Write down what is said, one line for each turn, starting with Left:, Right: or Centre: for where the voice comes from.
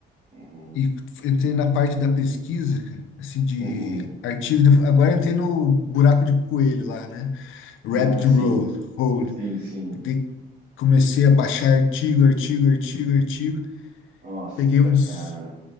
Right: Uhum,
Left: E entrei na parte da pesquisa, cara, assim, de
Right: uhum.
Left: artigo. Agora entrei no buraco de coelho lá, né? Rabbit
Right: Ah, sim,
Left: Roll, Hole.
Right: sim, sim.
Left: De- comecei a baixar artigo, artigo, artigo, artigo.
Right: Nossa,
Left: Peguei uns,
Right: cara.